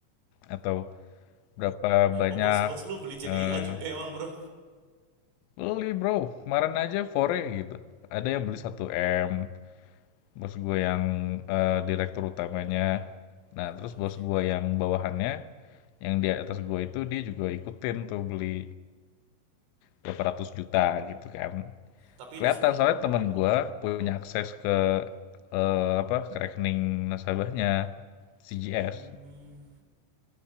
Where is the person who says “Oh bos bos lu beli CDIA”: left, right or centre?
Right